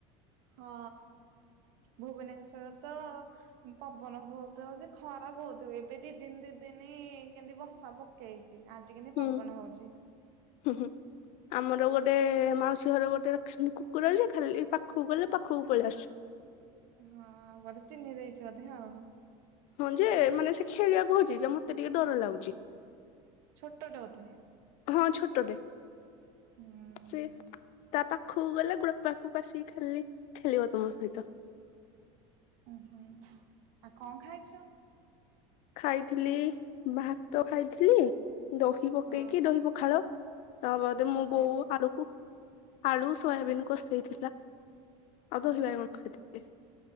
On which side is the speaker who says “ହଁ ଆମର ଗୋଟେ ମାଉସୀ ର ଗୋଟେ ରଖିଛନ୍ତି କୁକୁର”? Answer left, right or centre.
Left